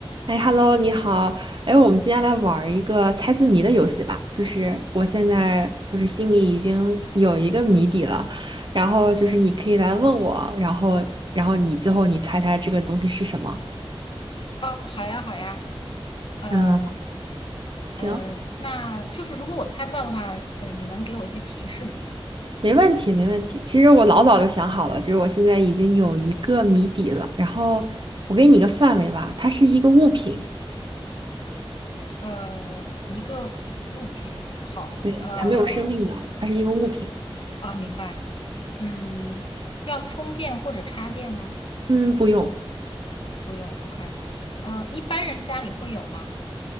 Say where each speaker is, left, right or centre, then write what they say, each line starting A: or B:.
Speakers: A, on the right; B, on the left.
A: 哎，Hello，你好。哎，我们今天来玩儿一个猜字谜的游戏吧。就是我现在就是心里已经有一个谜底了，然后就是你可以来问我，然后然后你最后你猜猜这个东西是什么？
B: 哦，好呀，好呀，呃
A: 嗯，行，
B: 呃，那就是如果我猜不到的话，呃，你能给我一些提示吗？
A: 没问题，没问题。其实我老早就想好了，就是我现在已经有一个谜底了。然后我给你一个范围吧，它是一个物品，
B: 呃，一个物品，好，
A: 对，
B: 呃
A: 它没有生命的，它是一个物品。
B: 啊，明白，嗯，要充电或者插电吗？
A: 嗯，不用。
B: 不用，OK，呃，一般人家里会有吗？